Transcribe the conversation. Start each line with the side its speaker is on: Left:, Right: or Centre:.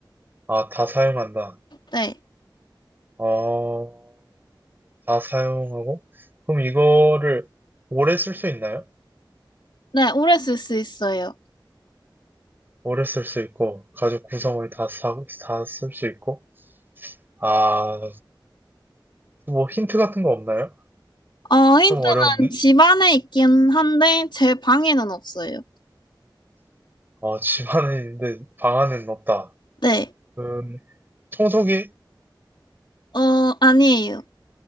Right: 아, 다 사용한다.
Left: 네.
Right: 어, 다 사용하고? 그럼 이거를 오래 쓸 수 있나요?
Left: 네, 오래 쓸 수 있어요.
Right: 오래 쓸 수 있고, 가죽 구성을 다 사, 다쓸 수 있고. 아, 뭐 힌트 같은 거 없나요?
Left: 어, 힌트는
Right: 좀 어려운데?
Left: 집 안에 있긴 한데, 제 방에는 없어요.
Right: 어, <laughs> 집 안에 있는데 방 안에는 없다.
Left: 네.
Right: 음, 청소기?
Left: 어, 아니에요.